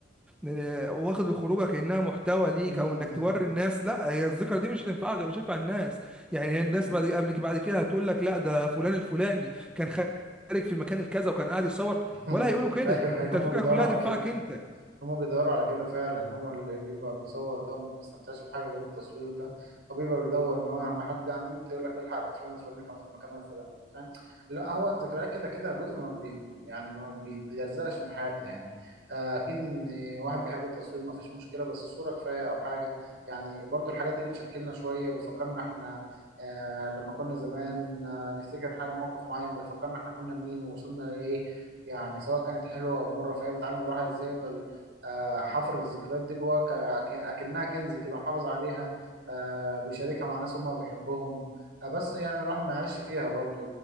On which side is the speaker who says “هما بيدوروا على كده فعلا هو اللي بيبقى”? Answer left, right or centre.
Right